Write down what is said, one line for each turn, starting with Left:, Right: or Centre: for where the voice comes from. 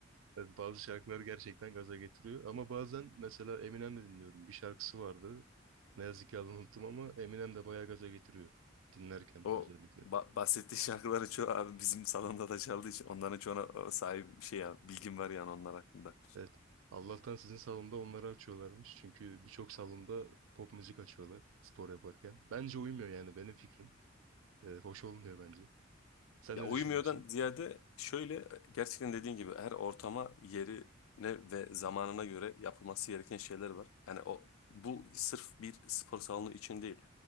Right: Evet, bazı şarkılar gerçekten gaza getiriyor. Ama bazen mesela Eminem de dinliyorum. Bir şarkısı vardı. Ne yazık ki adını unuttum ama Eminem de bayağı gaza getiriyor. Dinlerken
Left: O
Right: özellikle.
Left: ba- bahsettiği şarkıların çoğu abi bizim salonda da çaldığı için onların çoğuna e, sahip bir şey ya bilgim var yani onlar hakkında.
Right: Evet. Allah'tan sizin salonda onları açıyorlarmış. Çünkü birçok salonda pop müzik açıyorlar spor yaparken. Bence uymuyor yani benim fikrim. Ee, hoş olmuyor bence. Sen
Left: Ya
Right: ne
Left: uyumuyordan
Right: düşünüyorsun?
Left: ziyade şöyle gerçekten dediğin gibi her ortama yerine ve zamanına göre yapılması gereken şeyler var. Yani o bu sırf bir spor salonu için değil.